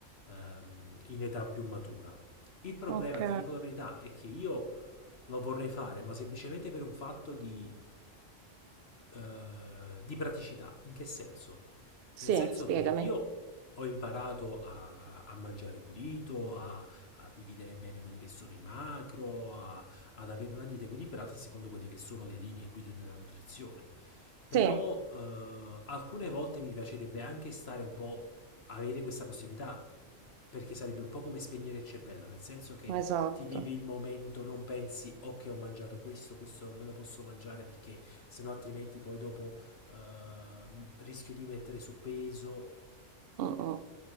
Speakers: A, on the left (about 55°); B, on the right (about 60°).
A: ehm, in età più matura. Il problema,
B: ok.
A: ti dico la verità, è che io lo vorrei fare, ma semplicemente per un fatto di eh, di praticità. In che senso?
B: Sì,
A: Nel senso
B: spiegami.
A: che io ho imparato a, a mangiare pulito, a, a, dividere bene quelli che sono i macro, a, ad avere una dieta equilibrata secondo quelle che sono le linee guida della nutrizione. Però
B: Sì,
A: eh, alcune volte mi piacerebbe anche stare un po', avere questa possibilità, perché sarebbe un po' come spegnere il cervello, nel senso che
B: esatto.
A: ti vivi il momento, non pensi ok ho mangiato questo, questo non me lo posso mangiare perché sennò altrimenti poi dopo ehm, rischio di mettere su peso
B: Mm, mm.